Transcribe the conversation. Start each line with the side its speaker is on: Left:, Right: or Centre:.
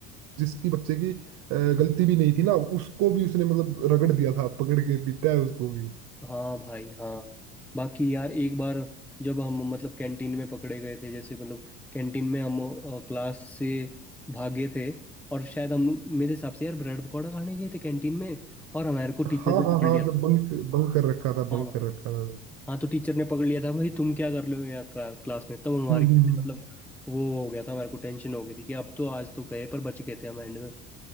Right: जिसकी बच्चे की अ, गलती भी नहीं थी ना उसको भी उसने मतलब रगड़ दिया था पकड़ के पीटा है उसको भी
Centre: हो हाँ भाई हाँ बाकी यार एक बार जब हम मतलब कैंटीन में पकड़े गए थे जैसे मतलब कैंटीन में हम क्लास से भागे थे और शायद हम मेरे हिसाब से यार ब्रेड पकौड़ा खाने गए थे कैंटीन में और हमारे को
Right: हाँ
Centre: टीचर ने
Right: हाँ
Centre: पकड़
Right: हाँ
Centre: लिया था
Right: जब बंक बंक कर रखा था
Centre: हाँ
Right: बंक
Centre: भाई
Right: कर रखा था
Centre: हाँ तो टीचर ने पकड़ लिया था भाई तुम क्या कर रहे हो यहाँ क्ला, क्लास में तब हमारे
Right: हम्म हम्म
Centre: कैसे
Right: हम्म।
Centre: मतलब वो हो गया था हमारे को टेंशन हो गई थी कि अब तो आज तो गए पर बच गए थे हम एंड में